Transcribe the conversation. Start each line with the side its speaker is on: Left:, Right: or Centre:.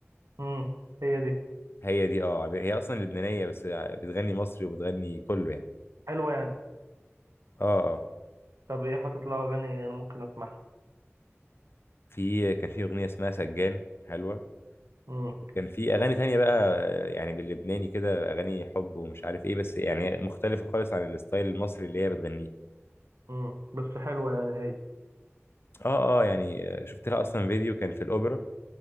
Right: مم. هي دي
Left: هي دي اه هي اصلا لبنانيه بس بتغني مصري وبتغني كله يعني
Right: حلوه يعني
Left: اه اه
Right: طب ايه حاطط لها اغاني انا ممكن اسمعها
Left: في كان في اغنيه اسمها سجان حلوه
Right: مم.
Left: وكان في اغاني تانية بقى يعني باللبناني كده اغاني حب ومش عارف ايه بس يعني مختلفه خالص عن الستايل المصري اللي هي بتغنيه
Right: مم. بس حلوه يعني ايه
Left: اه اه يعني شفت لها اصلا فيديو كان في الاوبرا